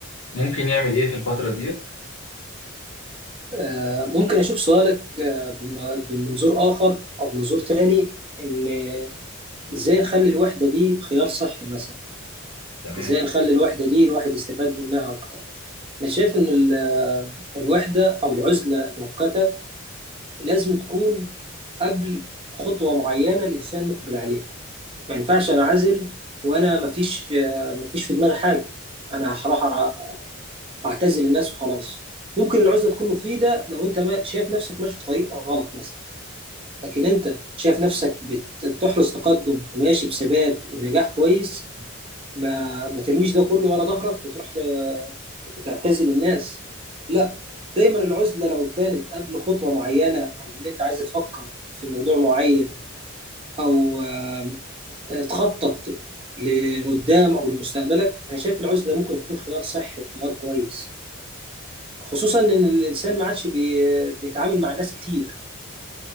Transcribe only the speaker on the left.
ممكن يعمل إيه في الفترة ديت؟
تمام